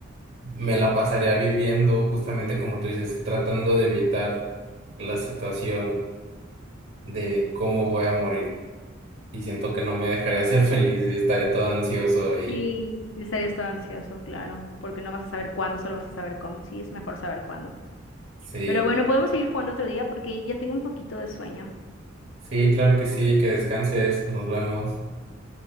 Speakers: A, on the right; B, on the left.
A: me la pasaría viviendo justamente como tú dices, tratando de evitar la situación de cómo voy a morir. Y siento que no me dejaría ser <laughs> feliz y estaría todo ansioso y
B: Sí, sí estarías todo ansioso, claro, porque no vas a saber cuándo, solo vas a saber cómo. Sí, es mejor saber cuándo.
A: sí,
B: Pero bueno, podemos seguir jugando otro día porque ya tengo un poquito de sueño.
A: sí, claro que sí, que descanses, nos vemos.